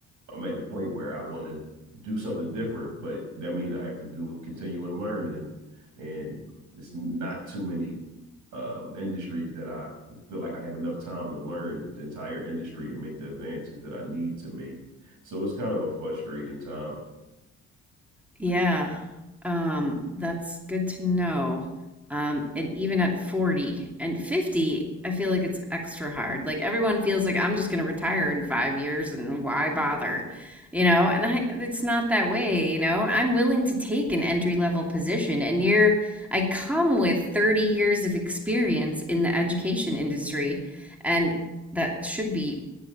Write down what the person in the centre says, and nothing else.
Yeah. Um, that's good to know. Um, and even at 40 and 50, I feel like it's extra hard. Like everyone feels like I'm just going to retire in five years and why bother? You know, and I, it's not that way, you know. I'm willing to take an entry level position and you're, I come with 30 years of experience in the education industry and that should be